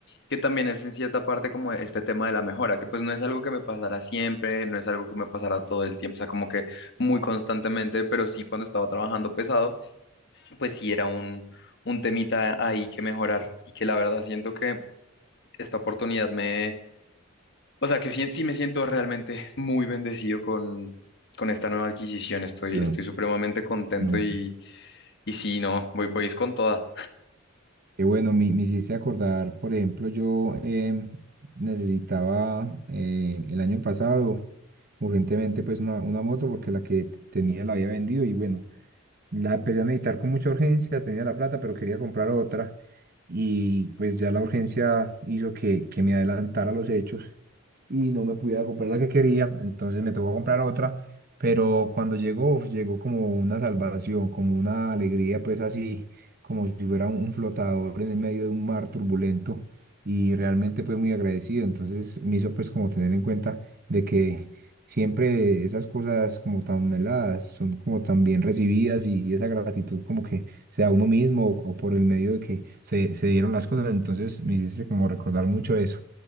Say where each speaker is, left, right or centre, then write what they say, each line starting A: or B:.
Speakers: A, on the left; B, on the right.
A: que también es en cierta parte como este tema de la mejora, que pues no es algo que me pasara siempre, no es algo que me pasara todo el tiempo, o sea, como que muy constantemente, pero sí cuando estaba trabajando pesado, pues sí era un un temita ahí que mejorar y que la verdad siento que esta oportunidad me, o sea, que sí, sí me siento realmente muy bendecido con, con esta nueva adquisición. Estoy,
B: Yo,
A: estoy supremamente contento
B: no.
A: y, y sí, no, voy, voy es con toda.
B: Y bueno, me, me hiciste acordar, por ejemplo, yo em, necesitaba eh, el año pasado urgentemente pues una, una moto porque la que t- tenía la había vendido y bueno, la empecé a meditar con mucha urgencia, tenía la plata, pero quería comprar otra y pues ya la urgencia hizo que, que me adelantara los hechos y no me pudiera comprar la que quería, entonces me tocó comprar otra, pero cuando llegó, uf, llegó como una salvación, como una alegría, pues así, como si fuera un, un flotador en el medio de un mar turbulento y realmente pues muy agradecido, entonces me hizo pues como tener en cuenta de que siempre esas cosas como tan anheladas son como tan bien recibidas y, y esa gratitud como que sea uno mismo o, o por el medio de que se, se dieron las cosas, entonces me hiciste como recordar mucho eso.